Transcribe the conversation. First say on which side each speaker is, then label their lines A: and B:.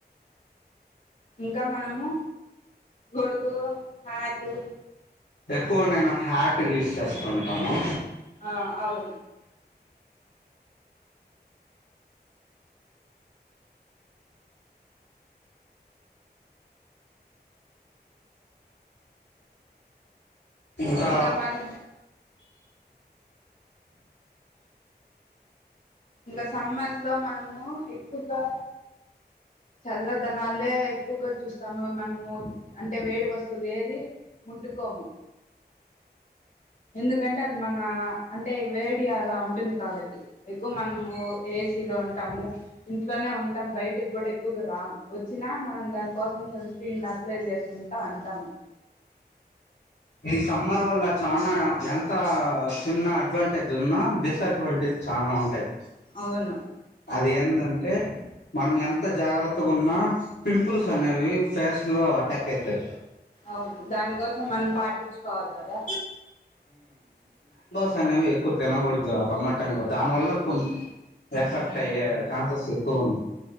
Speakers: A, on the left (about 50°); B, on the left (about 85°).
A: ఇంకా మనము గొడుగు హ్యాటు
B: ఎక్కువ నేను హ్యాట్ యూ చేస్తూ ఉంటాము
A: ఆ అవును
B: ఇంకా
A: ఇంక మన్ ఇంకా సమ్మర్స్ లో మన్ మనము ఎక్కువగా చల్లదనలే ఎక్కువగా చూస్ సము మనము అంటే వేడి వస్తువులు ఎది ముట్టుకోము ఎందుకంటే అది మన అంటే వేడి అలా ఉంటుంది కాబట్టి ఎక్కువ మనము ఏసీలో ఉంటాము ఇంట్లోనే ఉంటాము బయటికి కూడా ఎక్కువగా రాము వచ్చినా మనం దానికోసం సన్ స్క్రీన్లో అప్లై చేసుకుంటా ఉంటాము
B: ఈ సమ్మర్ వల్ల చనా ఎంత చిన్న అడ్వాంటేజ్ ఉన్నా డిసఅడ్వాంటేజ్ చాలా ఉంటాయి
A: అవును
B: అది ఏందంటే మనం ఎంత జాగ్రత్తగా ఉన్నా పింపుల్స్ అనేవి ఫేస్ లో అటాక్ అయితాయి
A: అవును దానికోసం మనం పాటించుకోవాలి కదా
B: దాని ఏమో అనేవి ఎక్కువ తినకూడదు ఆ సమ్మర్ టైమ్ లో దాని వల్ల కొన్ని ఎఫెక్ట్ అయ్యే ఛాన్సెస్ ఎక్కువ ఉన్నాయి